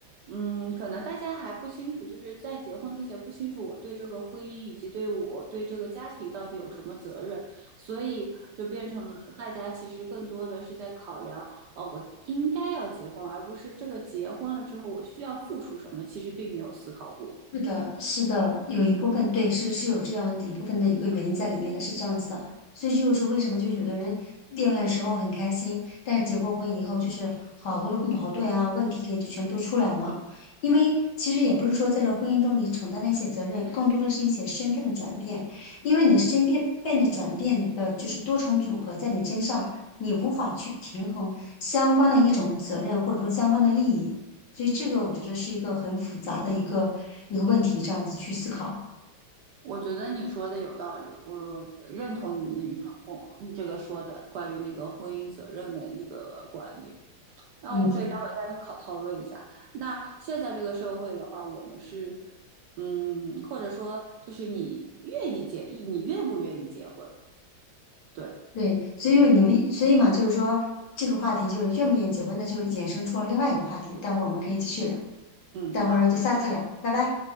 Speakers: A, on the right; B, on the left.
A: 嗯，可能大家还不清楚，就是在结婚之前不清楚我对这个婚姻以及对我对这个家庭到底有什么责任，所以就变成了大家其实更多的是在考量，哦，我应该要结婚，而不是这个结婚了之后我需要付出什么，其实并没有思考过。
B: 是的，是的，有一部分对是是有这样的一部分的一个原因在里面的，是这样子的。所以这就是为什么就有的人恋爱的时候很开心，但是结过婚以后就是好多的矛盾啊、问题点就全部都出来了嘛。因为其实也不是说在这婚姻中你承担了一些责任，更多的是一些身份的转变，因为你身边份的转变的就是多重组合在你身上，你无法去平衡相关的一种责任或者说相关的利益。所以这个我觉得是一个很复杂的一个一个问题，这样子去思考。
A: 我觉得你说的有道理，我认同你说婚这个说的关于那个婚姻责任的一个观点。那我们可以待会儿再考讨论一下。
B: 嗯，
A: 那现在这个社会的话，我们是，嗯，或者说就是你愿意结，你愿不愿意结婚？对，
B: 对，所以说你们，所以嘛，就是说这个话题就是愿不愿意结婚，那就是衍生出了另外一个话题，待会儿我们可以继续聊，
A: 嗯，
B: 待会儿就下次聊，
A: 好，
B: 拜拜。